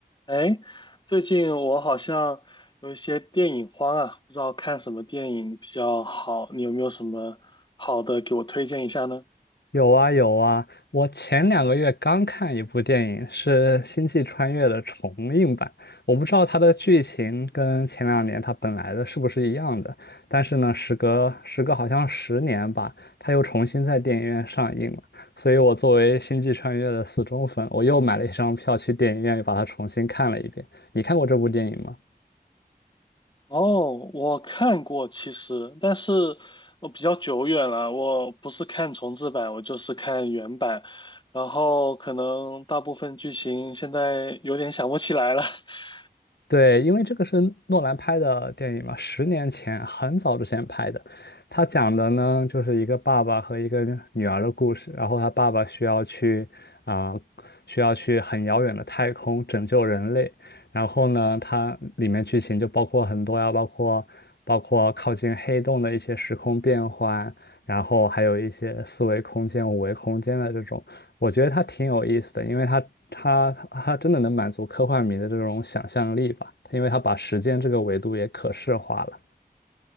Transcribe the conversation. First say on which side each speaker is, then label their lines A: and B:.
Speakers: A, on the left; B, on the left.
A: 哎，最近我好像有一些电影荒啊，不知道看什么电影比较好，你有没有什么好的给我推荐一下呢？
B: 有啊有啊，我前两个月刚看一部电影，是《星际穿越》的重映版。我不知道它的剧情跟前两年它本来的是不是一样的，但是呢，时隔时隔好像十年吧，它又重新在电影院上映了。所以我作为《星际穿越》的死忠粉，我又买了一张票去电影院又把它重新看了一遍。你看过这部电影吗？
A: 哦，我看过其实，但是我比较久远了，我不是看重制版，我就是看原版，然后可能大部分剧情现在有点想不起来了，<laughs>
B: 对，因为这个是诺兰拍的电影嘛，十年前很早之前拍的。他讲的呢，就是一个爸爸和一个女儿的故事。然后他爸爸需要去啊、需要去很遥远的太空拯救人类。然后呢，它里面剧情就包括很多呀，包括包括靠近黑洞的一些时空变换，然后还有一些四维空间、五维空间的这种。我觉得它挺有意思的，因为它它它真的能满足科幻迷的这种想象力吧，因为它把时间这个维度也可视化了。